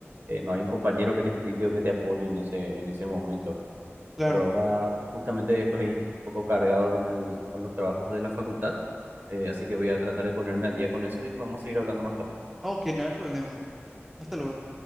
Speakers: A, on the right (about 50°); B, in the centre.
A: eh, no hay un compañero que te explique o que te apoye en ese, en ese momento, ¿verdad?
B: Claro.
A: pero ahora justamente estoy un poco cargado con el, con los trabajos de la facultad, eh, así que voy a tratar de ponerme al día con eso y podemos seguir hablando más tarde.
B: Ah, Ok, no hay problema. Hasta luego.